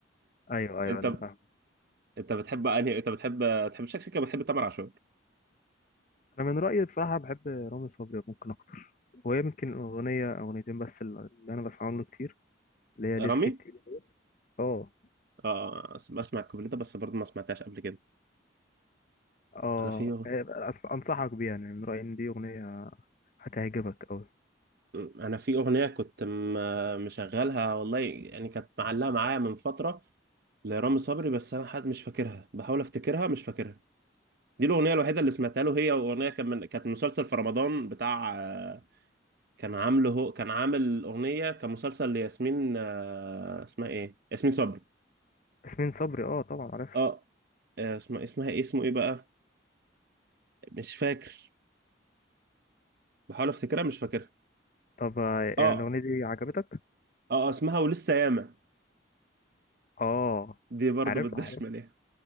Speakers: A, on the left (about 45°); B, on the right (about 55°).
A: ايوه ايوه
B: انت
A: انا فاهم
B: انت بتحب انهي انت بتحب تحب شكلك كده بتحب تامر عاشور
A: انا من رايي بصراحه بحب رامي صبري ممكن اكتر ويمكن اغنيه او اغنيتين بس اللي انا بسمعهم له كتير اللي هي ليس
B: رامي
A: كتير اه
B: اه أس- بسمع الكوبليه ده بس برضو ما سمعتهاش قبل كده
A: اه
B: انا في أغ-
A: أص- انصحك بيها يعني من رايي ان دي اغنيه هتعجبك قوي
B: انا في اغنيه كنت م... مشغلها والله يعني كانت معلقه معايا من فتره لرامي صبري بس انا حد مش فاكرها بحاول افتكرها مش فاكرها دي الاغنيه الوحيده اللي سمعتها له هي اغنيه كان من... كانت مسلسل في رمضان بتاع آه، كان عامله هو كان عامل اغنيه كان مسلسل لياسمين آه، اسمها ايه ياسمين صبري
A: ياسمين صبري اه طبعا عارفها
B: اه آه، اسمها اسمها ايه اسمه ايه بقى مش فاكر بحاول افتكرها مش فاكرها
A: طب آه،
B: اه
A: يعني الأغنية دي عجبتك؟
B: اه آه، اسمها ولسه ياما
A: اه
B: دي برضو
A: عارفها
B: بالدشمل
A: عارف
B: يعني